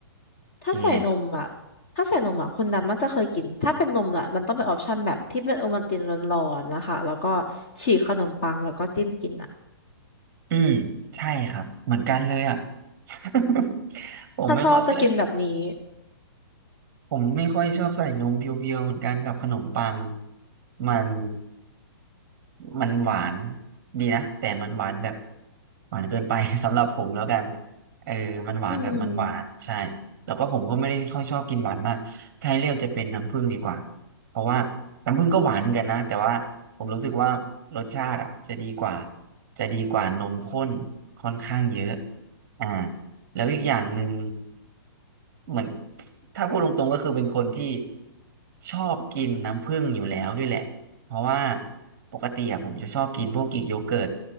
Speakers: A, on the left; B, on the right.
A: ถ้าใส่นมอ่ะ
B: โอเค
A: ถ้าใส่นมอ่ะคนดำนักจะเคยกินถ้าเป็นนมอ่ะมันต้องเป็นออปชันแบบที่เป็นโอวัลตินร้อนๆนะคะแล้วก็ฉีกขนมปังแล้วก็จิ้มกินอ่ะ
B: อืมใช่ครับเหมือนกันเลยอ่ะ <laughs> ผมไม่ค่อยเชื่อ
A: ถ้าชอบจะกินแบบนี้
B: ผมไม่ค่อยชอบใส่นมเพียวๆเหมือนกันกับขนมปังมันมันหวานดีนะแต่มันหวานแบบหวานเกินไป <laughs> สำหรับผมแล้วกันเออมันหวานแบบมันหวานใช่
A: อืม
B: แล้วก็ผมก็ไม่ได้ค่อยชอบกินหวานมากถ้าให้เลือกจะเป็นน้ำผึ้งดีกว่าเพราะว่าน้ำผึ้งก็หวานเหมือนกันนะแต่ว่าผมรู้สึกว่ารสชาติอ่ะจะดีกว่าจะดีกว่านมข้นค่อนข้างเยอะอ่า แล้วอีกอย่างหนึ่งเหมือนถ้าพูดตรงๆก็คือเป็นคนที่ชอบกินน้ำผึ้งอยู่แล้วด้วยแหละเพราะว่าปกติอะผมจะชอบกินพวกกรีกโยเกิร์ต